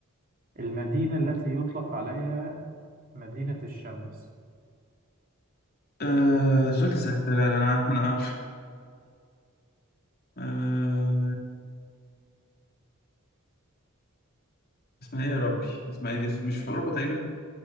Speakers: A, on the right; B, on the left.
A: المدينة التي يطلق عليها مدينة الشمس
B: آه. سؤال سهل لا لا لا، انا عارف انا عارف آه. اسمها ايه يا ربي اسمها ايه دي مش في اوروبا تقريبا